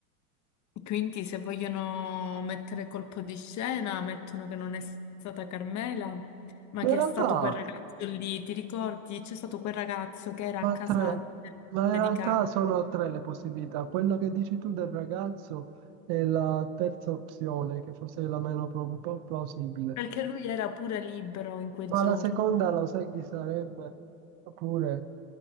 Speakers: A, on the left; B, on the right.
A: Quindi se vogliono mettere colpo di scena, mettono che non è stata Carmela, ma
B: Ma
A: che
B: in realtà,
A: è stato quel ragazzo lì, ti ricordi? C'è stato quel ragazzo che era
B: ma
A: a casa
B: tre, ma in
A: di
B: realtà
A: Carmela,
B: sono tre le possibilità. Quello che dici tu del ragazzo è la terza opzione, che forse è la meno pro- plausibile.
A: perché lui era pure libero in quei
B: Ma
A: giorni.
B: la seconda lo sai chi sarebbe? Oppure